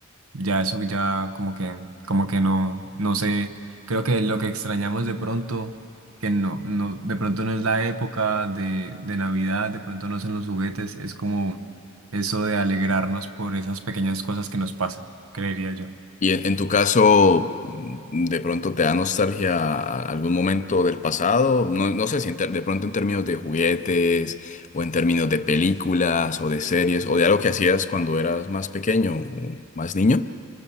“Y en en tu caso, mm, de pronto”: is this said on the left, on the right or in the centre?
Left